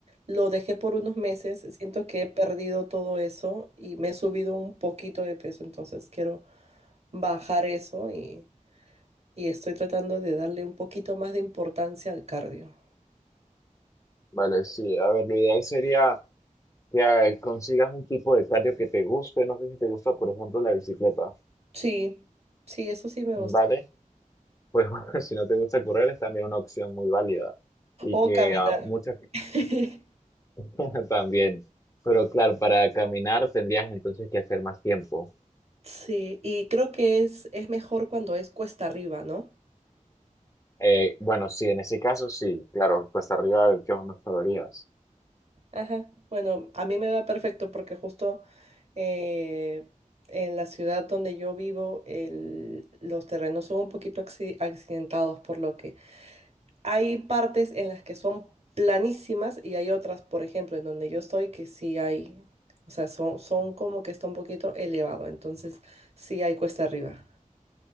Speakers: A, on the right; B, on the left.
A: lo dejé por unos meses, siento que he perdido todo eso y me he subido un poquito de peso, entonces quiero bajar eso y, y estoy tratando de darle un poquito más de importancia al cardio.
B: Vale, sí, a ver, lo ideal sería que ah, consigas un tipo de cardio que te guste, no sé si te gusta, por ejemplo, la bicicleta,
A: Sí, sí, eso sí me
B: ¿vale?
A: gusta.
B: Pues <laughs> bueno, si no te gusta correr es también una opción muy válida y que
A: O caminar.
B: a muchas
A: <laughs>
B: personas <laughs> también, pero claro, para caminar tendrías entonces que hacer más tiempo.
A: Sí, y creo que es, es mejor cuando es cuesta arriba, ¿no?
B: Eh, bueno, sí, en ese caso sí, claro, pues arriba de quemas más calorías.
A: Ajá. Bueno, a mí me va perfecto porque justo eh, en la ciudad donde yo vivo, el- los terrenos son un poquito acci- accidentados, por lo que hay partes en las que son planísimas y hay otras, por ejemplo, en donde yo estoy, que sí hay, o sea, son, son como que está un poquito elevado, entonces sí hay cuesta arriba.